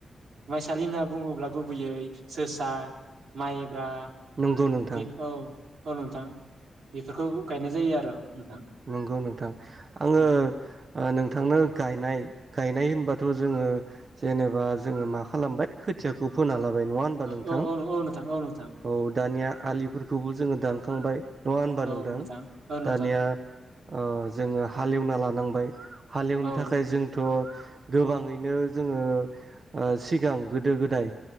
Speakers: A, on the right; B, on the right.
A: माइसालि होनना बुङोब्ला गुबैयै जोसा माइ ब्रा
B: नंगौ नोंथां
A: बे औ औ नोंथां बेफोरखौ गायनाय जायो आरो नोंथां
B: नंगौ नोंथां आङो
A: औ
B: ओ नोंथांनो गायनाय गायनाय होनबाथ' जोङो जेनेबा जोङो मा खालामबाय खोथियाखौ फोना लाबाय नङा होमबा
A: औ
B: नोंथां
A: औ औ नोंथां औ नोंथां
B: औ दानिया आलि फोरखौबो जोङो दानखांबाय नङा होनबा
A: औ
B: नोंथां
A: औ नोंथां
B: दानिया ओ जोङो हालेवना लानांबाय हालेवनो
A: औ
B: थाखाय जोंथ' गोबाङैनो जोङो ओ सिगां गोदो गोदाय